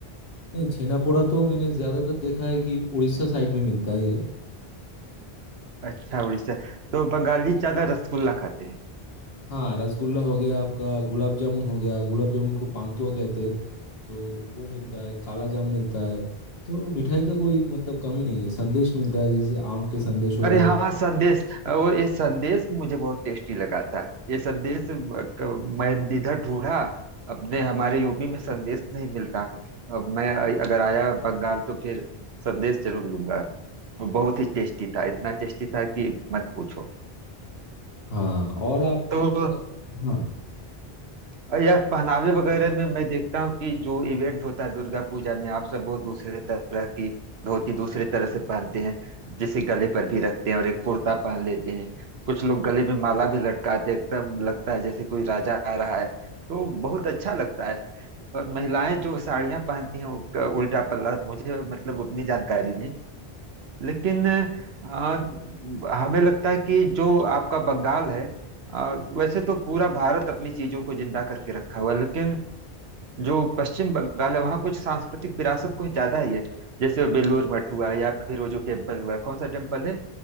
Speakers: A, on the left; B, on the right.
A: नहीं छेना पोड़ा तो मैंने ज़्यादातर देखा है कि उड़ीसा साइड में मिलता है ये
B: अच्छा उड़ीसा तो बंगाली ज्यादा रसगुल्ला खाते
A: हाँ रसगुल्ला हो गया आपका गुलाब जामुन हो गया गुलाब जामुन को पानतुआ कहते हैं तो वो मिलता
B: हैं
A: है काला जाम मिलता है तो मिठाई का कोई मतलब कमी नहीं है संदेश मिलता है जैसे आम के संदेश हो
B: अरे
A: गए
B: हाँ संदेश वो ये संदेश मुझे बहुत टेस्टी लगा था ये संदेश क- मैं इधर ढूंढा अपने हमारे यूपी में संदेश नहीं मिलता अब मैं अगर आया बंगाल तो फिर संदेश जरूर लूंगा वो बहुत ही टेस्टी था इतना टेस्टी था कि मत पूछो
A: हाँ और आप
B: तो
A: हाँ
B: और यह पहनावे वगैरह में मैं देखता हूँ कि जो इवेंट होता है दुर्गा पूजा में आप सब वो दूसरे तरह की धोती दूसरे तरह से पहनते हैं जिसे गले पर भी रखते हैं और एक कुर्ता पहन लेते हैं कुछ लोग गले में माला भी लटकाते हैं, एकदम लगता है जैसे कोई राजा आ रहा है तो बहुत अच्छा लगता है और महिलाएं जो साड़ियां पहनती हैं उनका उल्टा पल्ला मुझे मतलब उतनी जानकारी नहीं लेकिन आ, हमें लगता है कि जो आपका बंगाल है आ, वैसे तो पूरा भारत अपनी चीजों को जिंदा करके रखा हुआ है लेकिन जो पश्चिम बंगाल है वहाँ कुछ सांस्कृतिक विरासत कुछ ज्यादा ही है जैसे बेलूर मठ हुआ या फिर वो जो टेम्पल हुआ कौन सा टेम्पल है